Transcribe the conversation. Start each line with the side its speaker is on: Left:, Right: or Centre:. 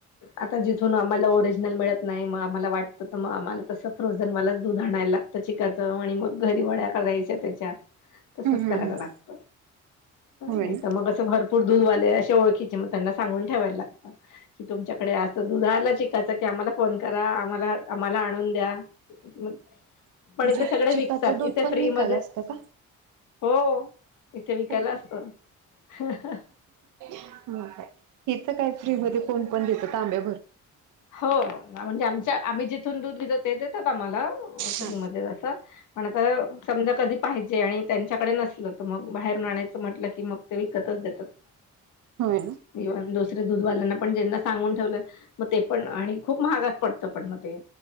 Left: आता जिथून आम्हाला ओरिजिनल मिळत नाही मग आम्हाला वाटतं तर मग आम्हाला तसं फ्रोझनवालाच दूध आणायला चिकाचं आणि मग घरी वड्या करायच्या त्याच्या तसंच
Right: हम्म हम्म
Left: करायला
Right: हम्म
Left: लागतं
Right: होय
Left: नाहीतर
Right: ना
Left: मग असं भर कोण दूधवाले असे ओळखीचे म त्यांना सांगून ठेवायला लागतं की तुमच्याकडे असं दूध आलं त्याचा की आम्हाला फोन करा आम्हाला -आम्हाला आणून द्या-पण
Right: म्हणजे
Left: इथे सगळे
Right: चिकाचं
Left: विकतात
Right: दूध
Left: इथे
Right: पण
Left: फ्री
Right: विकायला
Left: मध्ये
Right: असतं का
Left: हो इथे विकयला
Right: होय
Left: असतं
Right: होय
Left: हाह हह.
Right: हो काय इथं काय फ्री मध्ये कोण पण देतं तांबे
Left: हो म्हणजे आमच्या आम्ही जिथून दूध घेत ते देतात आम्हाला अ- फ्री
Right: हा
Left: मध्ये असं पण आता समजा कधी पाहिजे आणि त्यांच्याकडे नसलं तर मग बाहेरून आणायचं म्हटलं की मग ते विकतचं देतात.
Right: होय
Left: <unintelligible>
Right: ना
Left: म्हणजे दूधवाल्यांना पण जेंना सांगून ठेवलं मग ते पण आणि खूप महागात पडतं पण मग ते